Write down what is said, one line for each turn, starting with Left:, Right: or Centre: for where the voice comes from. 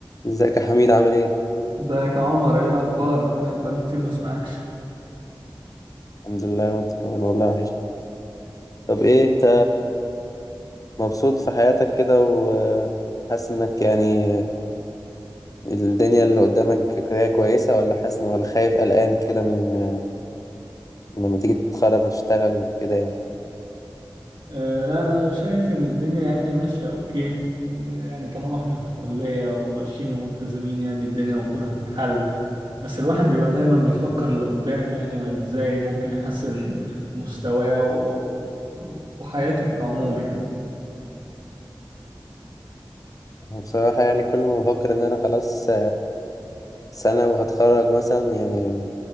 Left: ازيك يا حميد عامل ايه؟
Right: ازيك يا عمر ايه الاخبار الواحد بقاله كتير ما سمعكش
Left: الحمد لله وانت كمان والله وحش طب ايه انت مبسوط في حياتك كده وحاسس انك يعني الدنيا اللي قدامك هي كويسة ولا حاسس إن- ولا خايف قلقان كده من من لما تيجي تتخرج وتشتغل وكده يعني
Right: أه لا انا شايف ان الدنيا يعني ماشيه اوكي آه، يعني طالما احنا في الكليه وماشيين وملتزمين يعني الدنيا المفروض هتتحل بس الواحد بيبقى دايما بيفكر لقدام يعني وازاي ممكن يحسن مستواه و- وحياته في العموم يعني
Left: بصراحة يعني كل ما بفكر ان انا خلاص سنة وهتخرج مثلا يعني